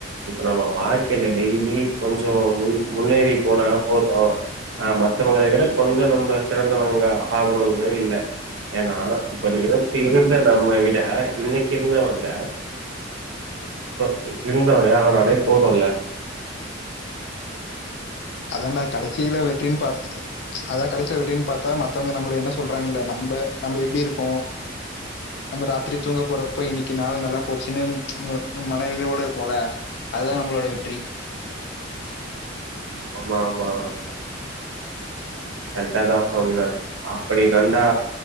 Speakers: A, on the right; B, on the left.
A: இப்ப நம்ம வாழ்க்கையில டெய்லி கொஞ்ஜோ முன் முன்னேறி போனா போதும் ஆ மத்தவங்கள விட கொஞ்சொ நம்ம சிறந்தவங்க ஆகணுன்றது இல்ல ஏன்னா இப்ப நிலத்து இருந்த நம்ம விட இன்னைக்கு இருந்தவங்க இப்போ இருந்தவர அவ நடே போதும் இல்ல
B: அதான்டா கடைசியில வெற்றின்னு பாத்துக்க அதான் கடைசில வெற்றினு பாத்தா மத்தவங்க நம்மள என்ன சொல்றாங்கல்ல நம்ப நம்ம எப்படி இருக்கோ நம்ம ராத்திரி தூங்க போறப்ப இன்னைக்கு நாள் நல்லா போச்சுன்னு ம் ம் மன நிறைவோடு இருப்போம்ல அதுதா நம்மளோட வெற்றி
A: ஆமா ஆமா கரெக்ட்டா தான் சொன்ன அப்படி தான்டா